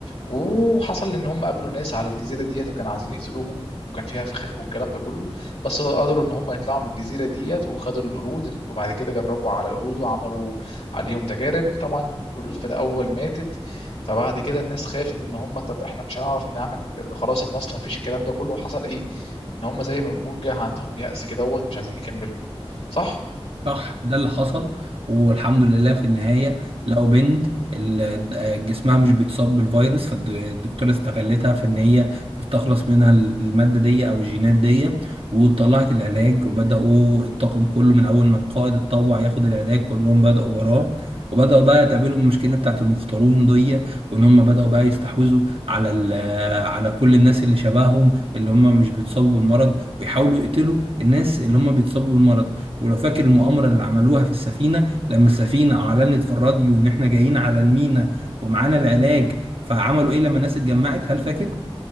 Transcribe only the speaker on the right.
صح ده اللي حصل والحمد لله في النهاية لقوا بنت ال- جسمها مش بيتصاب بالفيروس فالدكتورة استغلتها في ان هي تستخلص منها المادة دي او الجينات دي وطلعت العلاج وبدأوا الطاقم كله من اول ما القائد اتطوع ياخد العلاج كلهم بدأوا وراه وبدأوا بقى تقابلهم المشكلة بتاعت المختارون دي وان هم بدأوا بقى يستحوذوا على ال- على كل الناس اللي شبههم اللي هم مش بيتصابوا بالمرض ويحاولوا يقتلوا الناس اللي هم بيتصابوا بالمرض ولو فاكر المؤامرة اللي عملوها في السفينة لما السفينة أعلنت في الراديو إن إحنا جايين على المينا ومعانا العلاج فعملوا إيه لما الناس اتجمعت هل فاكر؟